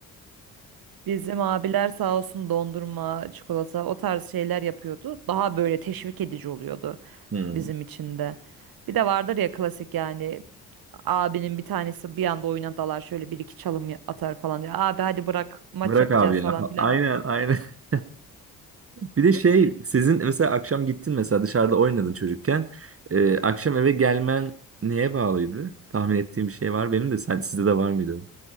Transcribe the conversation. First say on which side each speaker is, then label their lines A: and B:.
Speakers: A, on the right; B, on the right.
A: <laughs> Bizim abiler sağ olsun dondurma, çikolata o tarz şeyler yapıyordu. Daha böyle teşvik edici oluyordu
B: Hmm.
A: bizim için de. Bir de vardır ya klasik yani abinin bir tanesi bir anda oyuna dalar şöyle bir iki çalım atar falan diye. Abi hadi bırak maç
B: Bırak
A: yapacağız
B: abi
A: falan
B: ya.
A: filan.
B: Aynen aynen. <laughs> Bir de şey sizin mesela akşam gittin mesela dışarıda oynadın çocukken. Ee, akşam eve gelmen neye bağlıydı? Tahmin ettiğim bir şey var benim de sen sizde de var mıydı?